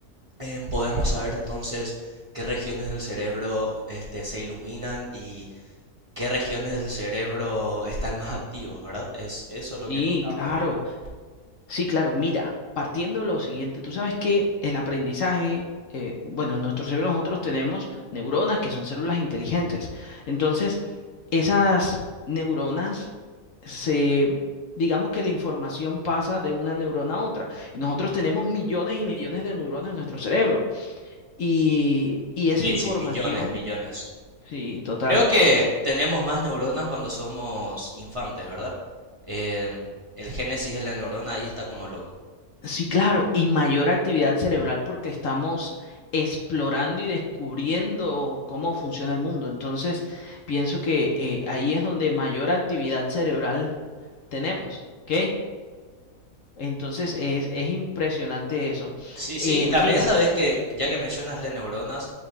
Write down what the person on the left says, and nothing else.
Y
claro.
Sí, claro, mira, partiendo de lo siguiente, tú sabes que el aprendizaje, eh, bueno, en nuestro cerebro nosotros tenemos neuronas que son células inteligentes. Entonces, esas neuronas se, digamos que la información pasa de una neurona a otra. Y nosotros tenemos millones y millones de neuronas en nuestro cerebro. Y, y esa
información,
sí, total.
Sí, claro, y mayor actividad cerebral porque estamos explorando y descubriendo cómo funciona el mundo. Entonces, pienso que eh, ahí es donde mayor actividad cerebral tenemos, ¿ok? Entonces, es, es impresionante eso.
Eh,
mira,